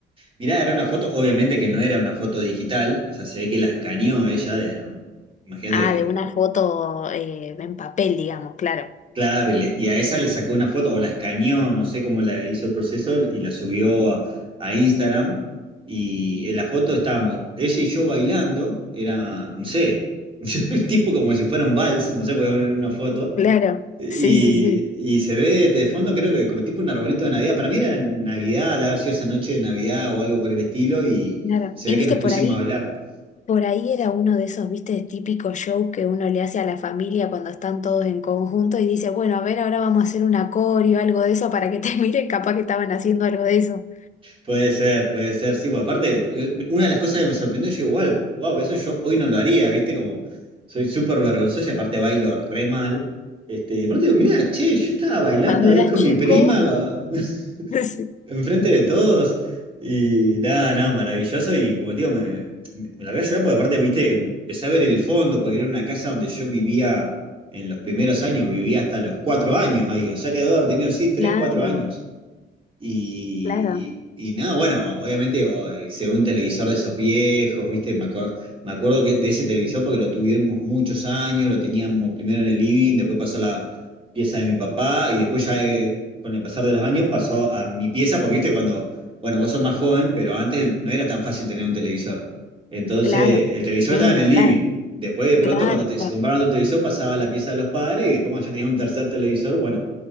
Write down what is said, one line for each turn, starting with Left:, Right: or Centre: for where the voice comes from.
Right: Mirá, era una foto, obviamente que no era una foto digital, o sea, se ve que la escaneó ella, era un- imagínate
Left: Ah, de una foto eh, en papel, digamos, claro.
Right: Claro, y, le- y a esa le sacó una foto o la escaneó, no sé cómo la hizo el proceso y la subió a, a Instagram. Y en la foto estábamos ella y yo bailando, era, no sé, <laughs> tipo como si fuera un vals, no sé, voy a poner una foto.
Left: Claro.
Right: Y,
Left: Sí, sí, sí.
Right: y se ve de fondo, creo que como tipo un arbolito de Navidad. Para mí era Navidad, de haber sido esa noche de Navidad o algo por el estilo, y
Left: Claro.
Right: se
Left: ¿Y
Right: ve que
Left: viste
Right: nos pusimos
Left: por ahí?
Right: a hablar.
Left: Por ahí era uno de esos, viste, típicos show que uno le hace a la familia cuando están todos en conjunto y dice, bueno, a ver, ahora vamos a hacer un acorio, algo de eso, para que te <laughs> miren, capaz que estaban haciendo algo de eso.
Right: Puede ser, puede ser. Sí, pues aparte, eh, una de las cosas que me sorprendió, yo digo, wow, wow, eso yo hoy no lo haría, ¿viste? Como soy súper vergonzoso y aparte bailo re mal. Este, y de pronto digo, mira, che, yo estaba bailando
Left: Cuando
Right: ahí
Left: eras
Right: con
Left: chico,
Right: mi prima, <laughs>
Left: <laughs> sí.
Right: enfrente de todos. Y nada, nada, maravilloso. Y como te digo, me, me, me la voy a llorar porque aparte, viste, empecé a ver el fondo, porque era una casa donde yo vivía en los primeros años, vivía hasta los cuatro años ahí. O sea que debo haber tenido, sí, tres,
Left: Claro,
Right: cuatro años. Y,
Left: claro,
Right: y, y nada, bueno, obviamente o- eh, se ve un televisor de esos viejos, ¿viste? Me acuer- me acuerdo que de ese televisor porque lo tuvimos muchos años, lo teníamos primero en el living, después pasó a la pieza de mi papá y después ya eh, con el pasar de los años pasó a mi pieza porque, ¿viste? Cuando, bueno, vos sos más joven, pero antes no era tan fácil tener un televisor. Entonces,
Left: claro,
Right: el televisor
Left: sí,
Right: estaba
Left: ni
Right: en el
Left: hablar,
Right: living. Después de pronto,
Left: claro,
Right: cuando te- se compraron otro televisor, pasaba a la pieza de los padres y después cuando ya tenías un tercer televisor, bueno,